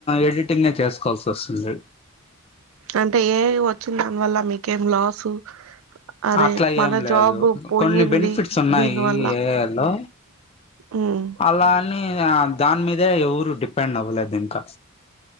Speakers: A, on the left; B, on the right.
A: ఎడిటింగ్నే చేసుకోవల్సా సస్ే
B: అంటే ఏ వచ్చి దానివల్ల మీకేం లాసు అరే
A: అట్లా
B: మన
A: ఏం లేదు
B: జాబ్ పోయింది
A: కొన్ని బెనిఫిట్స్ ఉన్నాయి
B: దీనివల్ల
A: ఏ లో
B: ఉమ్
A: అలాని దాని మీద ఇదే ఇవరు డిపెండ్ అ్వలే ఇంకా